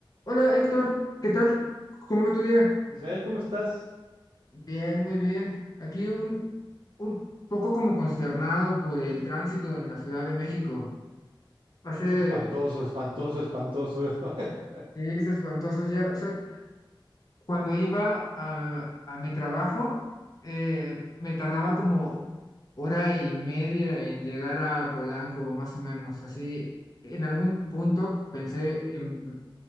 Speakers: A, on the left; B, on the right.
A: Hola Héctor, ¿qué tal? ¿Cómo va tu día?
B: Israel, ¿cómo estás?
A: Bien, muy bien. Aquí un, un poco como consternado por el tránsito en la Ciudad de México. Hace,
B: Es espantoso, espantoso, espantoso. <laughs>
A: sí, es espantoso ya. O sea, cuando iba a, a mi trabajo, eh, me tardaba como hora y media en llegar a Polanco, más o menos. Así, en algún punto pensé en